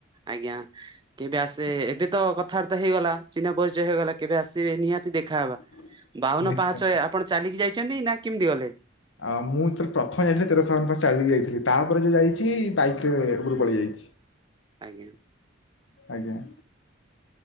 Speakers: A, on the right; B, on the left.
A: ଆଜ୍ଞା। କେବେ ଆସେ ଏବେ ତ କଥାବାର୍ତ୍ତା ହେଇଗଲା ଚିହ୍ନ ପରିଚୟ ହେଇଗଲା କେବେ ଆସିବେ ନିହାତି ଦେଖାହବା।
B: <inaudible>
A: ବାଉନ
B: ନିଶ୍ଚୟ
A: ପାହାଞ୍ଚହ ଆପଣ ଚାଲିକି ଯାଇଛନ୍ତି ନା କେମିତି ଗଲେ?
B: ଆଉ ମୁଁ ଯେତେବେଳେ ପ୍ରଥମ ଯାଇଥିଲି ତେରଶହଙ୍କ ଚାଲିକି ଯାଇଥିଲି ତାପରେ ଯୋଉ ଯାଇଛି ବାଇକ ରେ ଉପରୁ ପଳେଇ ଯାଇଛି। <inaudible>
A: ଆଜ୍ଞା।
B: ଆଜ୍ଞା।